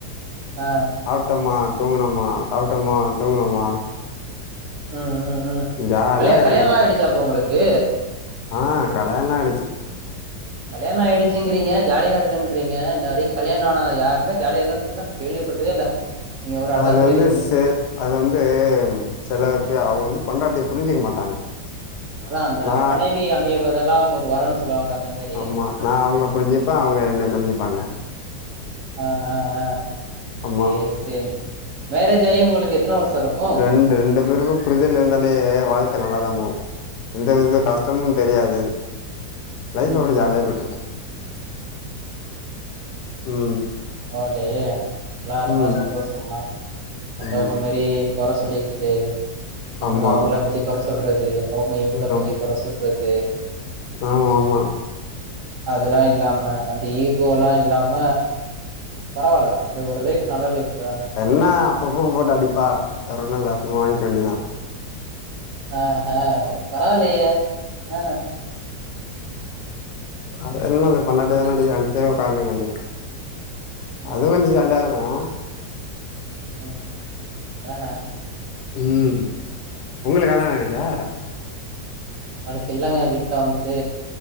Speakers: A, on the right; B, on the left.
A: ஆ
B: சாப்ட்டோம்மா தூங்குனோம்மா சாப்ட்டோமா தூங்குனோமா
A: ம் ம் ம்
B: ஜாலியா
A: கல்யா
B: இருக்கறேங்க
A: கல்யாணலா
B: நா
A: ஆயிடுச்சா ப்ரோ உங்களுக்கு
B: ஆ கல்யாணலா ஆயிடுச்சு
A: கல்யாண ஆயிடுச்சிங்கிறீங்க ஜாலியா இருக்கேன்றறீங்க இந்த மாரி கல்யாண ஆன யாருமே ஜாலியா இருக்கேன்னு சொன்ன கேள்விப்பட்டதே இல்லங்க நீங்க ஒரு ஆள்
B: அது
A: தா சொல்லிருக்கீங்க
B: வந்து செ அது வந்து சில பே அவுங்க வந்து பொண்டாட்டிய புரிஞ்சிக்க மாட்டாங்க
A: அதா அந்த
B: நா
A: மனைவி அமைவதெல்லா ஒரு வரன்னு சொல்லுவாங்கள அந்த மாரி
B: ஆமா நா அவுங்கள புரிஞ்சிக்ப்பே அவுங்க என்ன புரிஞ்சுப்பாங்க
A: ஆ ஆ ஆ
B: ஆமா
A: சேரி சேரி மேரேஜ் ஆகி உங்களுக்கு எத்தன வருஷோ இருக்கு
B: இந்த ரெண்டு பேருக்கு புரிதல் இருந்தாலே வாழ்க்க நல்லாதா போவு எந்த வித கஷ்டமு
A: ஆமா
B: தெரியாது லைஃப்
A: ம்
B: அப்டி
A: ம்
B: ஜாலியா போய்ட்டுருக்கு ம்
A: பரவாயில்லயே நல்லாருந்தா
B: ம்
A: சந்தோஷோந்தான் மத்தவங்
B: ம்
A: மாரி கொற சொல்லிக்கிட்டு இவுங்க
B: ஆமா
A: அவுங்கள பத்தி கொற சொல்றது அவுங்க இவுங்கள
B: ம்
A: பத்தி கொற சொல்றது
B: ஆமா ஆமா
A: அதெல்லா இல்லாம அந்த ஈகோலா இல்லாம பரவாயில்ல அப்டி ஒரு லைஃப் நல்ல லைஃபு தாங்க
B: என்ன அப்பப்ப போட்டு அடிப்பா வேற ஒன்னு இல்ல வாங்கிக்க வேண்டியதா
A: ஆ ஹா பரவாயில்லயே ஆ
B: அ என்னது பொண்டாட்டி தான அடிக்கிறானு <unintelligible> உக்காந்துர வேண்டிதா
A: ம்
B: அதுவு கொஞ்சோ ஜாலியா இருக்கு ஓ
A: ம் அதான
B: ம் உங்களுக்கு கல்யாண ஆய்டுச்சா
A: நம்மளுக்கு இல்லங்க வீட்டுல வந்துட்டு